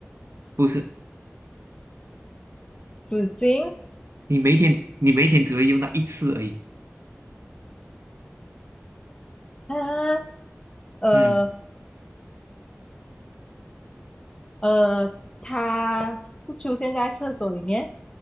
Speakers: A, on the right; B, on the left.
A: 不是，
B: 纸巾
A: 你每一天你每一天只会用到一次而已。
B: 啊，呃
A: 嗯，
B: 呃，它是出现在厕所里面、